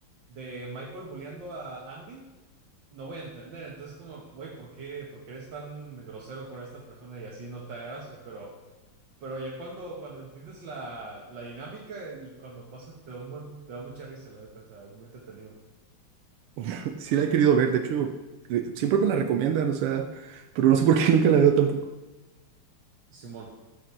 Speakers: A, on the right; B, on the right.
A: de Michael bulleando a Andy, no voy a entender. Entonces, como, güey, ¿por qué, por qué eres tan grosero con esta persona y así no te da gracia? Pero, pero ya cuando, cuando entiendes la, la dinámica y cuando pasa, te da un buen- te da mucha risa, la neta, o sea, es muy entretenido.
B: <laughs> Sí la he querido ver, de hecho, eh, siempre me la recomiendan, o sea, pero no sé por qué <laughs> nunca la veo tampoco.
A: Simón.